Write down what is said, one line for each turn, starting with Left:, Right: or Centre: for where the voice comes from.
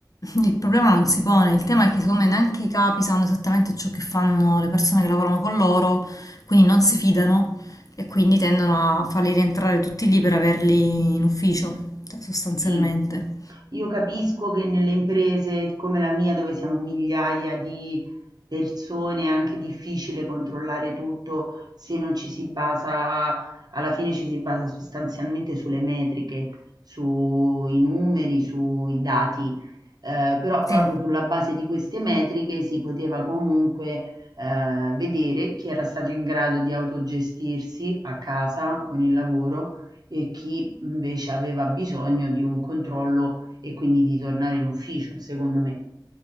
Left: il problema non si pone. Il tema è che secondo me neanche i capi sanno esattamente ciò che fanno le persone che lavorano con loro, quindi non si fidano e quindi tendono a farli rientrare tutti lì per averli in ufficio, cioè, sostanzialmente.
Right: Sì, io capisco che nelle imprese come la mia, dove siamo migliaia di persone, è anche difficile controllare tutto se non ci si basa, alla fine ci si basa sostanzialmente sulle metriche, sui numeri, sui dati. Eh, però proprio
Left: Sì,
Right: sulla base di queste metriche si poteva comunque eh, vedere chi era stato in grado di autogestirsi a casa con il lavoro e chi invece aveva bisogno di un controllo e quindi di tornare in ufficio, secondo me.